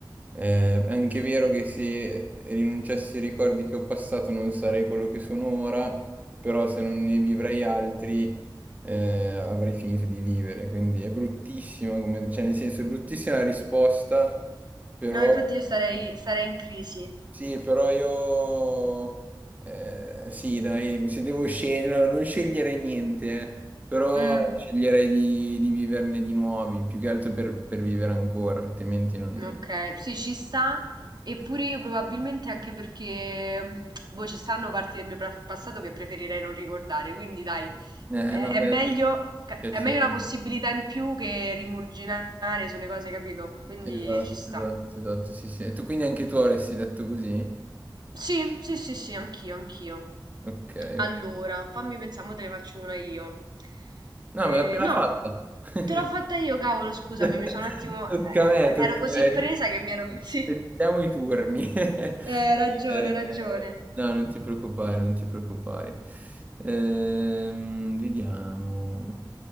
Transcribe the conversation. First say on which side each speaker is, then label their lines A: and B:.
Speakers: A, on the right (about 20°); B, on the right (about 55°).
A: Eh, è anche vero che se rinunciassi ai ricordi che ho passato non sarei quello che sono ora, però se non ne vivrei altri eh, avrei finito di vivere, quindi è bruttissima come, cioè nel senso è bruttissima la risposta, però
B: No, infatti io sarei, sarei in crisi.
A: sì, però io eh, sì, dai, se devo scegliere, allora, non sceglierei niente, eh, però
B: Mm.
A: sceglierei di, di viverne di nuovi, più che altro per, per vivere ancora, altrimenti non...
B: Ok, sì, ci sta, eppure io probabilmente anche perché boh, ci stanno parti del mio pra- passato che preferirei non ricordare, quindi dai,
A: Eh,
B: è,
A: no,
B: è
A: beh,
B: meglio, ca-
A: cioè,
B: è
A: sì.
B: meglio una possibilità in più che rimurginare sulle cose, capito? Quindi
A: Esatto,
B: ci sta.
A: esatto, esatto, sì, sì. E tu quindi anche tu avresti detto così?
B: Sì, sì, sì, sì, anch'io, anch'io.
A: Ok,
B: Allora,
A: ok.
B: fammi pensare, mo te ne faccio una io. Eh,
A: No, me l'ha appena
B: no,
A: fatta.
B: te l'ho fatta io, cavolo, scusami,
A: <laughs>
B: mi sono un attimo...
A: Tocca
B: eh,
A: a me, tocca
B: ero così
A: a me.
B: presa che mi ero...
A: Rispettiamo
B: <laughs> Sì.
A: i turni. <laughs>
B: Eh, ragione,
A: Eh,
B: ragione.
A: no, non ti preoccupare, non ti preoccupare. Ehm, vediamo.